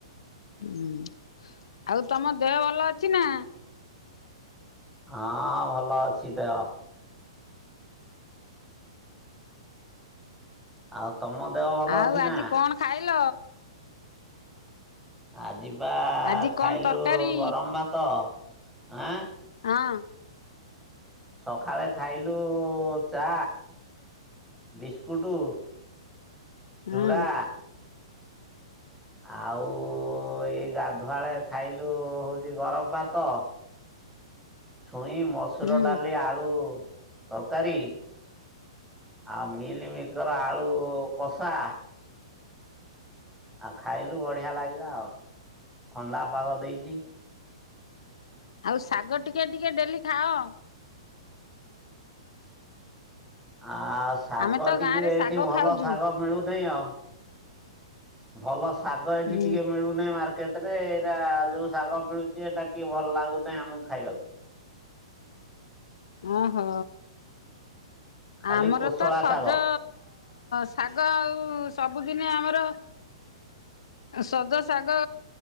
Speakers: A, on the left; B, in the centre.
A: ହୁଁ ଆଉ ତମ ଦେହ ଭଲ ଅଛି ନା?
B: ହଁ ଭଲ ଅଛି ଦେହ। ଆଉ ତମ ଦେହ ଭଲ
A: ଆଉ
B: ଅଛି
A: ଆଜି
B: ନା?
A: କଣ ଖାଇଲ?
B: ଆଜିିବା
A: ଆଜି କଣ
B: ଖାଇଲୁ
A: ତରକାରୀ?
B: ଗରମ ଭାତ ଆଁ
A: ହଁ।
B: ସକାଳେ ଖାଇଲୁ ଚା ବିସ୍କୁଟ
A: ହୁଁ
B: ଚୂଡ଼ା ଆଉ ଏଇ ଗାଧୁଆଳେ ଖାଇଲୁ ହଉଛି ଗରମ ଭାତ ଛୁଇଁ ମସୁର
A: ହୁଁ
B: ଡାଲି ଆଳୁ ତରକାରୀ ଆଉ ମିଲିମିକର ଆଳୁ କଷା ଆଉ ଖାଇଲୁ ବଢିଆ ଲାଗିଲା ଆଉ ଥଣ୍ଡା ପାଗ ଦେଇଚି
A: ଆଉ ଶାଗ ଟିକେ ଟିକେ ଡେଲି ଖାଅ
B: ଆ ଶାଗ
A: ଆମେ ତ
B: ଟିକେଏ
A: ଗାଁରେ
B: ଏଇଠି
A: ଶାଗ
B: ଭଲ
A: ଖାଉଛୁ।
B: ଶାଗ ମିଳୁନେଇ ଆଉ ଭଲ ଶାଗ ଏଠି
A: ହୁଁ
B: ଟିକେ ମିଳୁନେଇ ମାର୍କେଟ ରେ ଏରା ଯୋଉ ଶାଗ ମିିଳୁଛି ଏଇଟା ଟିକେ ଭଲ ଲାଗୁନେଇ ଆମକୁ ଖାଇବାକୁ
A: ଓହୋ।
B: ଖାଲି
A: ଆମର
B: କୋଶଳା
A: ତ ସଜ
B: ଶାଗ
A: ଶାଗ ଆଉ ସବୁଦିନ ଆମର ର ସଜ ଶାଗ